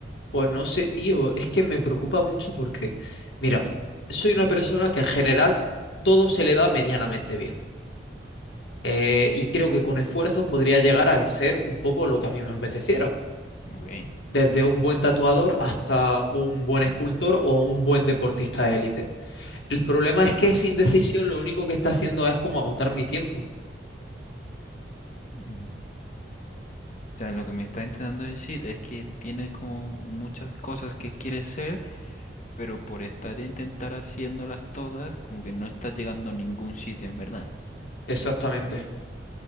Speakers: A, on the left; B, on the left.
A: pues no sé, tío, es que me preocupa mucho porque, mira, soy una persona que en general todo se le da medianamente bien. Eh, y creo que con esfuerzo podría llegar a ser un poco lo que a mí me apeteciera.
B: Ok.
A: desde un buen tatuador hasta un buen escultor o un buen deportista de élite. El problema es que esa indecisión lo único que está haciendo es como agotar mi tiempo.
B: Ujú. O sea, lo que me está intentando decir es que tienes como muchas cosas que quieres ser, pero por estar a intentar haciéndolas todas, como que no estás llegando a ningún sitio, en verdad.
A: Exactamente,